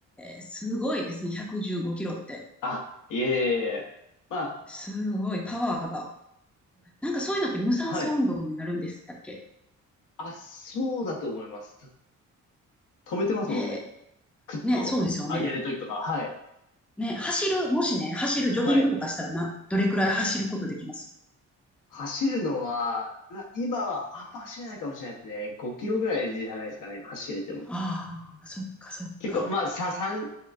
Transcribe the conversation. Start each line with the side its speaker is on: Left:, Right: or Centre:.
Centre: え、すごいですね。115キロって。
Left: あ、いえいえいえ。まあ、
Centre: すごい、パワーが。なんかそういうのって無酸素運動になるんですだっけ
Left: はい。あ、そうだと思います。と止めてますもんね。
Centre: へえ、
Left: クッと上げるときとか。
Centre: ね、そうですよね。
Left: はい。
Centre: ね、走る、もしね、走る、ジョギングとかしたらな、
Left: はい。
Centre: どれくらい走ることできます
Left: 走るのは、まあ、今はあんま走れないかもしれないですね。5キロぐらいじゃないですかね。走れても。
Centre: ああ、そっか、そっか。
Left: 結構、まあ、さ、3、